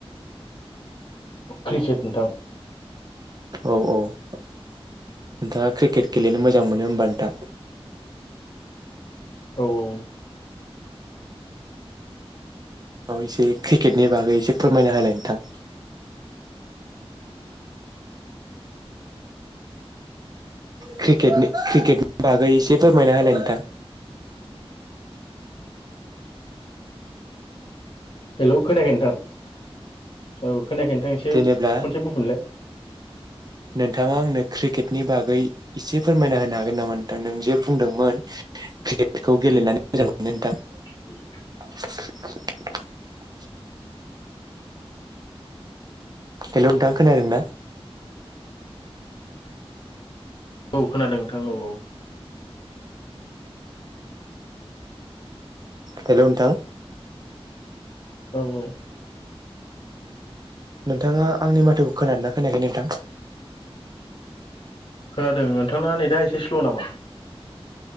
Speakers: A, on the left (about 55°); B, on the right (about 40°).
A: क्रिकेट नोंथां
B: औ औ नोनथाङा क्रिकेट गेलेनो मोजां मोनो होमबा नोंथां
A: औ औ
B: औ एसे क्रिकेटनि बागै एसे फोरमायना होलाय नोंथां क्रिकेटनि क्रिकेटनि बागै एसे फोरमायना होलाय नोंथां
A: हेलौ खोनाखै नोंथां औ खोनायाखै नोंथां एसे
B: जेनेब्ला
A: खनसे बुंफिनलाय
B: नोंथाङा आंनो क्रिकेटनि बागै एसे फोरमायना होनो हागोन नामा नोंथां नों जे बुंदोंमोन क्रिकेटखौ गेलेनानै मोजां मोनो नोंथां
A: <inaudible>
B: <inaudible> हेल नोंथां खोनादों ना
A: औ खोनादों नोंथां औ औ
B: हेल' नोंथां
A: औ औ
B: नोंथाङा आंनि माथोखौ खोनादोंना खोनायाखै नोंथां
A: खोनादों नोंथांना नेदा एसे स्ल नामा